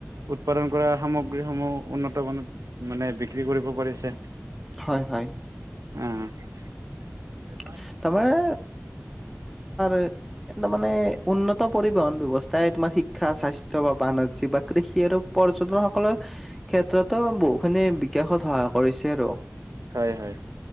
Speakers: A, on the right; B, in the centre.
A: উৎপাদন কৰা সামগ্ৰীসমূহ উন্নত মানত মানে বিক্ৰী কৰিব পাৰিছে
B: হয়, হয়।
A: অ
B: <unintelligible> তোমাৰ এ তাৰ মানে উন্নত পৰিবহন ব্যৱস্থাই তোমাৰ শিক্ষা স্বাস্থ্য বা বাণিজ্যিক বাকৰি পৰ্যটন সকলৰ ক্ষেত্ৰতো বহুখিনি বিকাশত সহায় কৰিছে আৰু
A: হয় হয়